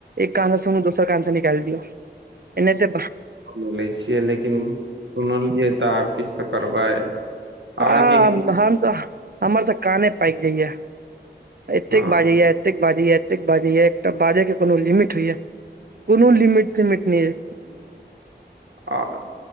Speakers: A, on the right; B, on the right.
A: एक
B: छथिन
A: कान सँ सुनु दोसर कान सँ निकाल दियौ एनाहिते
B: हमहूँ ले छियै लेकिन सुनलियै तऽ आब किछु तऽ करबै
A: आ
B: आओर की
A: हम तऽ हमर तऽ काने पाकि जाइया एतेक
B: हँ
A: बाजैया एतेक बाजय या एतेक बाजे या एकटा बाजे के कोनो लिमिट होइ या कोनो लिमिट तिमिट नहि ये
B: आ